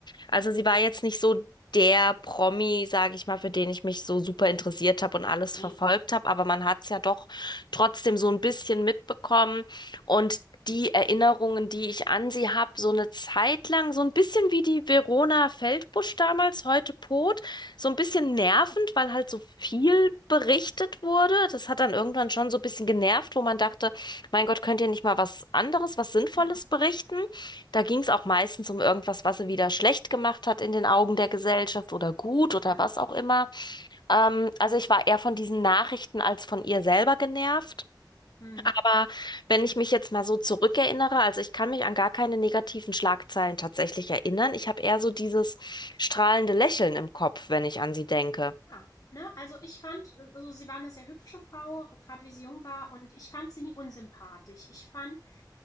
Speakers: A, on the left; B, on the left.
A: Also sie war jetzt nicht so der Promi, sage ich mal, für den ich mich so super interessiert habe und alles
B: Ne.
A: verfolgt habe, aber man hat es ja doch trotzdem so ein bisschen mitbekommen und die Erinnerungen, die ich an sie habe, so eine Zeit lang, so ein bisschen wie die Verona Feldbusch damals, heute Pot, so ein bisschen nervend, weil halt so viel berichtet wurde. Das hat dann irgendwann schon so ein bisschen genervt, wo man dachte, mein Gott, könnt ihr nicht mal was anderes, was Sinnvolles
B: Mhm.
A: berichten? Da ging es auch meistens um irgendwas, was sie wieder schlecht gemacht hat in den Augen der Gesellschaft oder gut
B: Ja.
A: oder was auch immer. Ähm, also ich war eher von diesen Nachrichten als von ihr selber genervt.
B: Mhm.
A: Aber wenn ich mich jetzt mal so zurückerinnere, also ich kann mich an gar keine negativen Schlagzeilen tatsächlich erinnern. Ich habe eher so dieses strahlende Lächeln im Kopf, wenn ich an sie denke.
B: Ja, ne? Also, ich fand äh, also, sie war eine sehr hübsche Frau, gerade wie sie jung war und ich fand sie nie unsympathisch. Ich fand